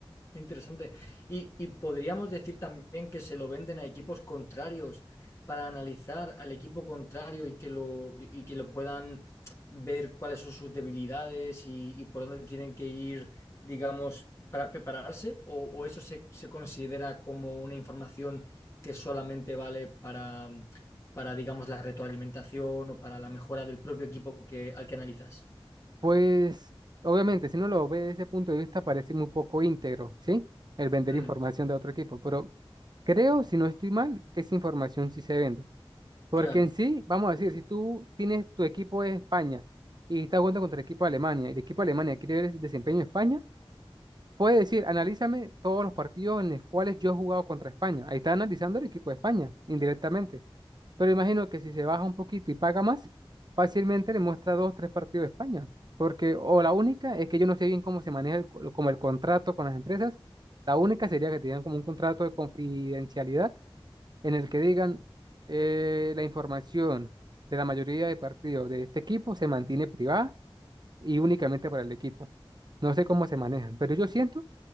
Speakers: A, on the left; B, on the right.
A: Qué Interesante. Y, y podríamos decir también que se lo venden a equipos contrarios para analizar al equipo contrario y que lo, y y que lo puedan ver cuáles son sus debilidades y, y por dónde tienen que ir, digamos, para prepararse, o, o eso se, se considera como una información que solamente vale para, para, digamos, la retroalimentación o para la mejora del propio equipo que, al que analizas.
B: Pues, obviamente, si uno lo ve desde ese punto de vista, parece muy poco íntegro, ¿sí? El vender
A: Mm,
B: información de otro equipo. Pero creo, si no estoy mal, que esa información sí se vende. Porque
A: claro.
B: en sí, vamos a decir, si tú tienes tu equipo de España y estás jugando contra el equipo de Alemania y el equipo de Alemania quiere ver el desempeño de España, Puede decir, analízame todos los partidos en los cuales yo he jugado contra España. Ahí está analizando el equipo de España, indirectamente. Pero imagino que si se baja un poquito y paga más, fácilmente le muestra dos, tres partidos de España. Porque, o la única es que yo no sé bien cómo se maneja el, co- como el contrato con las empresas. La única sería que tengan como un contrato de confidencialidad en el que digan eh, la información de la mayoría de partidos de este equipo se mantiene privada y únicamente para el equipo. No sé cómo se manejan, pero yo siento